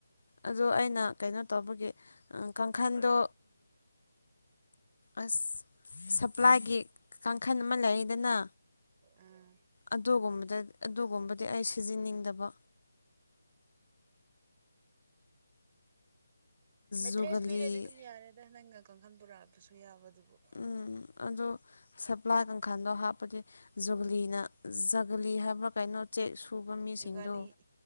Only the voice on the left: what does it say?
ꯑꯗꯣ ꯑꯩꯅ ꯀꯩꯅꯣ ꯇꯧꯕꯒꯤ ꯀꯥꯡꯈꯟꯗꯣ ꯑꯁ ꯁꯄ꯭ꯂꯥꯏꯒꯤ ꯀꯥꯡꯈꯜ ꯑꯃ ꯂꯩꯗꯅ
ꯑꯗꯨꯒꯨꯝꯕꯗ ꯑꯗꯨꯒꯨꯝꯕꯗꯤ ꯑꯩ ꯁꯤꯖꯤꯟꯅꯅꯤꯡꯗꯕ
ꯖꯨꯒꯂꯤ
ꯎꯝ ꯑꯗꯨ ꯁꯄ꯭ꯂꯥ ꯀꯪꯈꯥꯗꯣ ꯍꯥꯞꯄꯗꯤ ꯖꯨꯒ꯭ꯂꯤ ꯩꯅ ꯖꯒꯂꯤ ꯍꯥꯏꯕ ꯀꯩꯅꯣ ꯆꯦꯛ ꯁꯨꯕ ꯃꯤꯁꯤꯡꯗꯣ